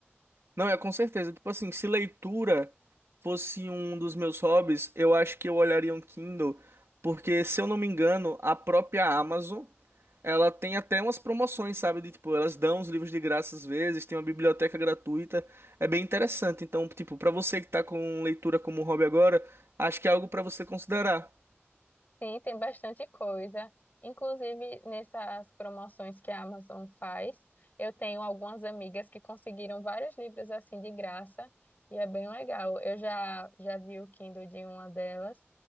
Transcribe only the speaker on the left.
Sim, tem bastante coisa. Inclusive, nessas promoções que a Amazon faz, eu tenho algumas amigas que conseguiram vários livros assim de graça e é bem legal. Eu já, já vi o Kindle de uma delas